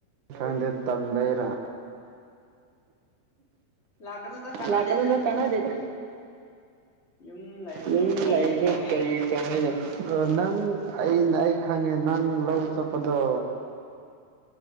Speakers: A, on the right; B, on the left.
A: ꯈꯪꯗꯦ ꯇꯟꯕꯩꯔꯥ
B: ꯂꯥꯛꯀꯅꯨꯗ ꯀꯥꯟꯅꯗꯦꯗ
A: ꯂꯥꯛꯀꯗꯅꯨꯗ ꯀꯥꯟꯅꯗꯦꯗ
B: ꯌꯨꯝ ꯂꯩꯔꯁꯨ
A: ꯃꯤ
B: ꯀꯔꯤ
A: ꯂꯩꯔꯁꯨ
B: ꯇꯧꯅꯤꯅꯦ
A: ꯀꯩ <unintelligible> ꯑ ꯅꯪ ꯑꯩꯅ ꯑꯩ ꯈꯪꯉꯦ ꯅꯪ ꯂꯧ ꯆꯠꯄꯗꯣ